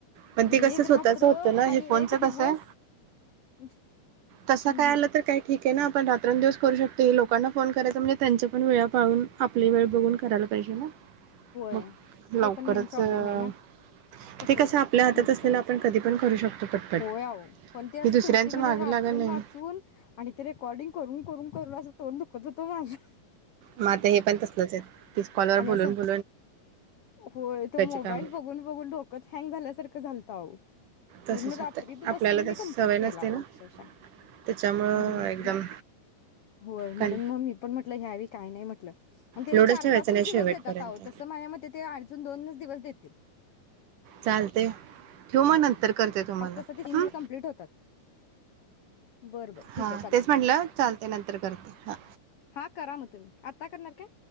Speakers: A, on the right; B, on the left.
A: पण
B: म्हणजे
A: ते कसं
B: एक
A: स्वतःच
B: रात्र
A: होतं ना
B: आणि
A: हे फोनच
B: एक दिवस
A: कसं,
B: हम्म
A: तस काय
B: हम्म
A: आलं तर काय ठीक आहे ना आपण रात्रंदिवस करू शकते लोकांना फोन करायचा म्हणजे त्यांच्या पण वेळा पाळून आपली वेळ बघून करायला पाहिजे ना.
B: होय.
A: मग
B: ते
A: लवकरच
B: पण मेन प्रॉब्लेम
A: अ,
B: आहे ना कस्ं
A: ते कसं आपल्या हातात
B: हैंडल
A: असलेलं
B: करायचं
A: आपण कधी पण करू शकतो पटपट
B: व्हय अहो पण ते असं
A: मी दुसऱ्यांच्या
B: शेवटी म्हणजे
A: मागे
B: वाचून,
A: लागत नाही
B: वाचून आणि ते रेकॉर्डिंग करून, करून करून असं तोंड दुखत होत माझं.
A: म अता हे पण तसलच आहेत तीस कॉलवर
B: आणि
A: बोलून
B: असं
A: बोलू
B: होय तो मोबाईल
A: काम
B: बघून बघून डोकचं हँग झाल्यासारखं झालत आहो.
A: तसच
B: पूर्ण
A: होतंय
B: रात्रीत
A: आपल्याला
B: बसून मी
A: तस
B: कंप्लीट
A: सवय नसते
B: केला
A: ना
B: ओ अक्षरशः
A: त्याच्यामुळं
B: म्हंटल्
A: एकदम
B: होय म्हणून
A: कं
B: म् मी पण म्हटलं ह्या वेळी काय नाही म्हटलं म त्यांनी
A: लोडच
B: चार-
A: ठेवायचं
B: पाचच
A: नाही
B: दिवस
A: शेवटपर्यंत
B: देतात. <unintelligible> तसं माझ्या मते ते अजून दोनच दिवस देतील.
A: चालतंय. ठेऊ म् नंतर करते तुम्हाला
B: पाच तासात ते हिन
A: हं
B: दिवस कंप्लीट होतात. बरं बरं
A: हा
B: ठीक आहे चालतंय
A: तेच म्हटलं चालतय नंतर करते हा.
B: हा करा मग तुम्ही आता करणार काय?